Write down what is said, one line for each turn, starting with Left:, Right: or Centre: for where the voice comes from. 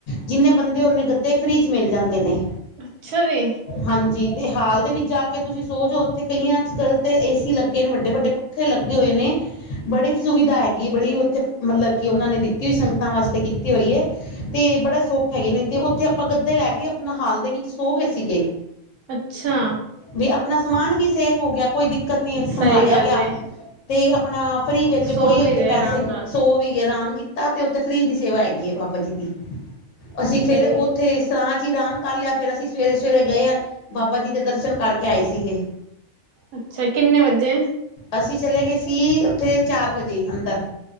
Left: ਜਿੰਨੇ ਬੰਦੇ ਉਨੇ ਗੱਦੇ ਫ੍ਰਰੀ ਵਿੱਚ ਮਿਲ ਜਾਂਦੇ ਨੇ
Right: ਅੱਛਾ ਜੀ
Left: ਹਾਂਜੀ ਤੇ ਹਾਲ ਦੇ ਵਿੱਚ ਜਾ ਕੇ ਤੁਸੀਂ ਸੋ ਜੌ ਉੱਥੇ ਕਈਆਂ ਤੇ ਏਸੀ ਲੱਗੇ ਨੇ ਵੱਡੇ ਵੱਡੇ ਉੱਥੇ ਲੱਗੇ ਹੋਏ ਨੇ ਬੜੀ ਸੁਵਿਧਾ ਹੈਗੀ ਹੈ। ਬੜੀ ਉੱਥੇ ਮਤਲਬ ਕਿ ਉਹਨਾਂ ਨੇ ਦਿੱ ਕੀ ਸੰਗਤਾਂ ਵਾਸਤੇ ਕੀਤੀ ਹੋਈ ਹੈ। ਤੇ ਬੜਾ ਸੁੱਖ ਹੈਗੇ ਨੇ ਤੇ ਉੱਥੇ ਆਪਾਂ ਗੱਦੇ ਲੈ ਕੇ ਆਪਣਾ ਹਾਲ ਦੇ ਵਿੱਚ ਸੋਗੈ ਸੀਗੇ।
Right: ਅੱਛਾ
Left: ਵੀ ਆਪਣਾ ਸਮਾਨ ਵੀ ਸੇਫ ਹੋ ਗਿਆ ਕੋਈ ਦਿੱਕਤ ਨੀ ਸੰਭਾਲਿਆ
Right: ਸਹੀ ਗੱਲ
Left: ਗਿਆ
Right: ਏ
Left: ਤੇ ਆਪਣਾ ਫ੍ਰਰੀ ਵਿੱਚ
Right: ਸੋ
Left: ਕੋਈ
Right: ਵੀ
Left: ਉੱਥੇ
Right: ਗਏ
Left: ਪੈਸੇ
Right: ਆਰਾਮ ਨਾਲ
Left: ਸੌ ਵੀ ਆਰਾਮ ਕੀਤਾ ਤੇ ਉੱਥੇ ਫ੍ਰਰੀ ਦੀ ਸੇਵਾ ਹੈਗੀ ਹੈ ਬਾਬਾ ਜੀ ਦੀ ਅਸੀਂ ਫੇਰ
Right: ਸਹੀ
Left: ਉੱਥੇ ਸਰਾਂ 'ਚ ਹੀ ਆਰਾਮ ਕਰ ਲਿਆ ਫਿਰ ਅਸੀਂ ਸਵੇਰੇ ਸਵੇਰੇ ਗਏ ਹਾਂ, ਬਾਬਾ ਜੀ ਦੇ ਦਰਸ਼ਨ ਕਰਕੇ ਆਏ ਸੀਗੇ।
Right: ਅੱਛਾ ਕਿੰਨੇ ਵਜੇ
Left: ਅਸੀਂ ਚਲੇ ਗਏ ਸੀ ਉੱਥੇ ਚਾਰ ਵਜੇ ਅੰਦਰ